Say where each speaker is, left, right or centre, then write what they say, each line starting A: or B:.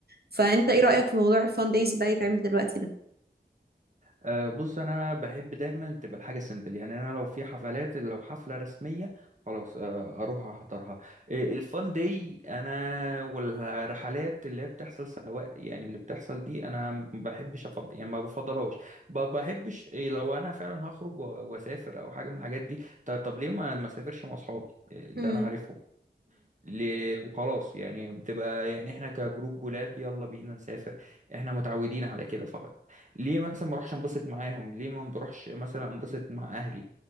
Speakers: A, on the right (about 65°); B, on the right (about 45°).
A: فانت ايه رايك في موضوع الفان دايز بقى يتعمل دلوقتي ده
B: أه بص انا بحب دايما تبقى الحاجه سيمبل يعني انا لو في حفلات لو حفله رسميه خلاص آه، اروح احضرها آه، الفان دي انا والرحلات اللي هي بتحصل سواء يعني اللي بتحصل دي انا ما بحبش افضل يعني ما بفضلهاش ب- بحبش إيه، لو انا فعلا هخرج و- واسافر او حاجه من الحاجات دي ط- طب ليه ما ما اسافرش مع اصحابي آه، اللي
A: امم
B: انا عارفهم ل- وخلاص يعني بتبقى يعني احنا كجروب ولاد يلا بينا نسافر احنا متعودين على كده فقط ليه مثلا ما اروحش انبسط معاهم ليه ما بروحش مثلا انبسط مع اهلي